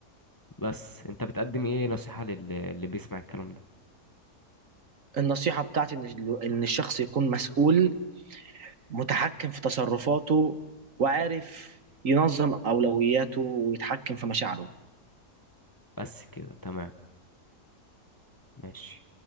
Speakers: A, on the left; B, on the right.
A: بس أنت بتقدم إيه نصيحة لل- اللي بيسمع الكلام ده
B: النصيحة بتاعتي إن إن الشخص يكون مسؤول متحكم في تصرفاته وعارف ينظم أولوياته ويتحكم في مشاعره
A: بس كده تمام ماشي